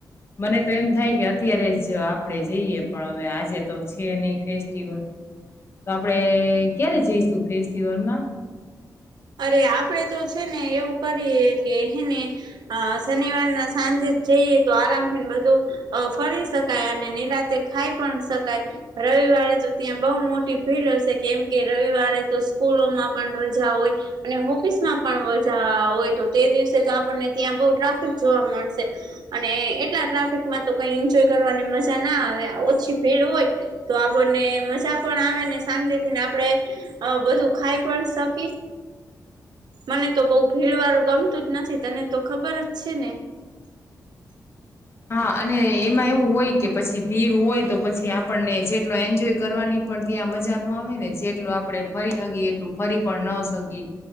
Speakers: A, on the left; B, on the right.
A: મને તો એમ થાય કે અત્યારે જ આપણેે જઈએ પણ હવે આજે તો છે નહી ફેસ્ટિવલ
B: <unintelligible>
A: તો આપણેે ક્યારે જઈશું ફેસ્ટિવલમાં
B: અરે આપડે તો છે ને એવું કરીએ કે એને શનિવારના સાંજે જઈએ તો આરામથીને બધું ફરી શકાય અને નિરાતે ખાઈ પણ શકાય. રવિવારે તો ત્યાં બહુ મોટી ભીડ હશે કેમ કે રવિવારે તો સ્કૂલોમાં પણ રજા હોય. અને ઓફિસમાં પણ હોય તો તે દિવસે તો આપણને ત્યાં બહ ટ્રાફિક જોવા મળશે અને એટલા ટ્રાફિકમાં તો કઈ એન્જોય કરવાની મજા ના આવે ઓછી ભીડ હોય તો, તો આપણને મજા પણ આવે ને શંતેથીને આપણેે બધું, ખાઈ પણ શકી મને તો બહ ભીડ વાળું ગમતું જ નથી તને તો ખબર જ છે ને <unintelligible>
A: હા અને એમાં એવું હોય કે પછી ભીડ હોય તો પછી આપણને જેટલો એન્જોય કરવાની પણ ત્યાં મજા ન આવે ને જેટલું આપડે ફરી સકીીએ એટલું, ફરી પણ ન સકી